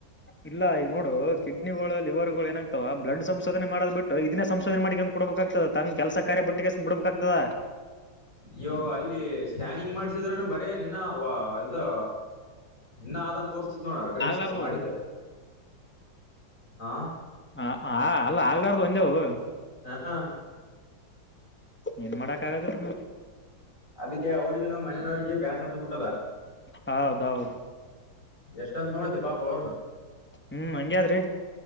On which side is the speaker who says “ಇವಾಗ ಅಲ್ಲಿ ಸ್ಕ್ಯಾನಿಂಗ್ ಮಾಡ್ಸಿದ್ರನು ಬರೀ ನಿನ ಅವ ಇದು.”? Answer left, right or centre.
Left